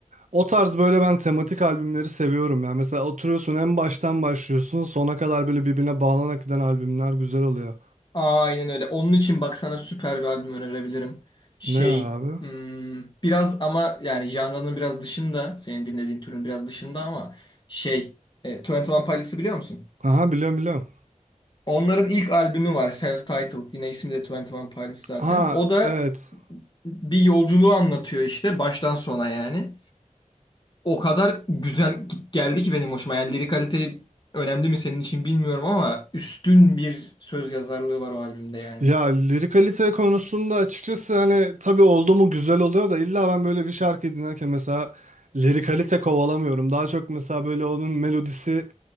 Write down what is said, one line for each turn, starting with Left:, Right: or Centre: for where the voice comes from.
Right: O tarz böyle ben tematik albümleri seviyorum. Yani mesela oturuyorsun en baştan başlıyorsun sona kadar böyle birbirine bağlanarak giden albümler güzel oluyor.
Left: Aynen öyle. Onun için bak sana süper bir albüm önerebilirim. Şey
Right: Ne var abi?
Left: hmm, biraz ama yani janranın biraz dışında senin dinlediğin türün biraz dışında ama şey e, 21 Pilots'ı biliyor musun?
Right: Aha biliyorum biliyorum.
Left: Onların ilk albümü var Self-Titled yine ismi de 21 Pilots zaten.
Right: Ha
Left: O da
Right: evet.
Left: bir yolculuğu anlatıyor işte baştan sona yani. O kadar güzel geldi ki benim hoşuma. Yani lirik kalite önemli mi senin için bilmiyorum ama üstün bir söz yazarlığı var o albümde yani.
Right: Ya lirikalite konusunda açıkçası hani tabii oldu mu güzel oluyor da illa ben böyle bir şarkı dinlerken mesela lirikalite kovalamıyorum. Daha çok mesela böyle onun melodisi